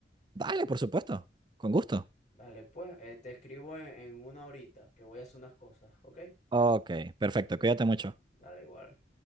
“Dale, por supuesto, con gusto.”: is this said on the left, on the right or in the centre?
Right